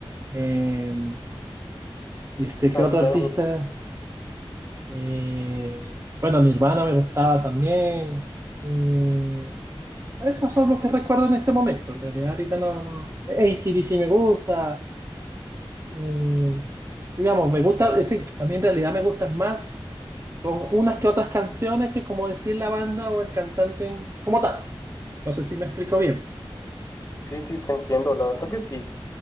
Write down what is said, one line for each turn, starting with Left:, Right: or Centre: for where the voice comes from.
Right: eh, este,
Left: Chad
Right: ¿qué otro artista?
Left: Bennett.
Right: Eh, bueno, Nirvana me gustaba también. eh, esos son los que recuerdo en este momento. En realidad, ahorita no, no. AC/DC me gusta, eh, digamos, me gusta, es decir, a mí en realidad me gustan más, son unas que otras canciones que como decir la banda o el cantante en- como tal. No sé si me explico bien.
Left: Sí, sí, te entiendo, la verdad que sí.